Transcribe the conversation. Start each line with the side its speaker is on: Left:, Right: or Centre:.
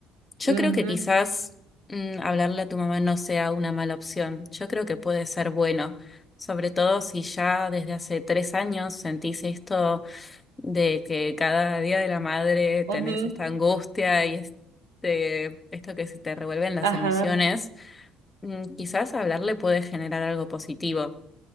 Left: yo
Right: ujú,
Left: creo que quizás mm, hablarle a tu mamá no sea una mala opción. Yo creo que puede ser bueno, sobre todo si ya desde hace tres años sentís esto de que cada día de la madre
Right: ujú,
Left: tenés esta angustia y este, esto que se te revuelven las
Right: Ajá.
Left: emociones. Mm, quizás hablarle puede generar algo positivo.